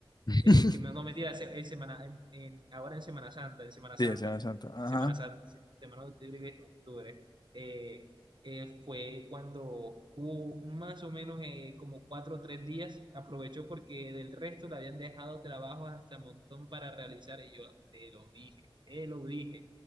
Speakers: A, on the left; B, on the right.
A: <laughs>
B: eh, que no, no mentira, se- en semana, en- en- ahora en Semana Santa, en Semana
A: Sí,
B: Santa,
A: el Semana Santa. Ajá.
B: en Semana Santa, Semana de octubre y de octubre, eh, eh, fue cuando hubo más o menos eh, como cuatro o tres días, aprovechó porque del resto le habían dejado trabajos hasta montón para realizar, y yo te lo dije, te lo dije,